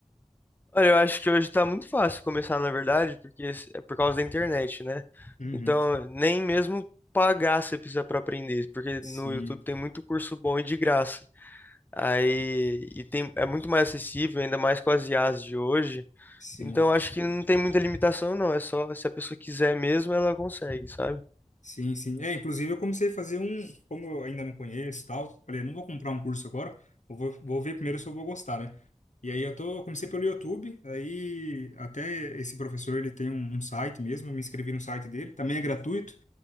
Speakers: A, on the left; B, on the left.
A: Olha, eu acho que hoje tá muito fácil começar, na verdade, porque s- é por causa da internet, né?
B: Uhum.
A: Então, nem mesmo pagar você precisa para aprender, porque
B: Sim,
A: no YouTube tem muito curso bom e de graça. Aí, e tem, é muito mais acessível, ainda mais com as IAs de hoje.
B: sim.
A: Então, acho que não tem muita limitação, não. É só se a pessoa quiser mesmo, ela consegue, sabe?
B: Sim, sim. É, inclusive eu comecei a fazer um, como eu ainda não conheço e tal, falei, não vou comprar um curso agora, eu vou, vou ver primeiro se eu vou gostar, né? E aí eu tô, eu comecei pelo YouTube, aí até esse professor, ele tem um, um site mesmo, eu me inscrevi no site dele, também é gratuito